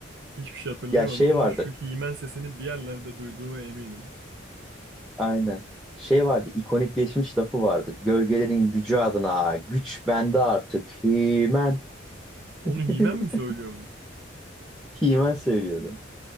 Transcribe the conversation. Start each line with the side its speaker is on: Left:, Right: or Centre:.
Right: Hiçbir şey hatırlayamadım
Centre: Ya şey
Right: ama
Centre: vardır.
Right: şu He-Man sesini bir yerlerde duyduğuma eminim.
Centre: Aynen. Şey vardı, ikonikleşmiş lafı vardı. Gölgelerin gücü adına güç bende artık. Himen.
Right: Onu
Centre: <laughs>
Right: He-Man mi söylüyormuş?
Centre: Himen söylüyordu.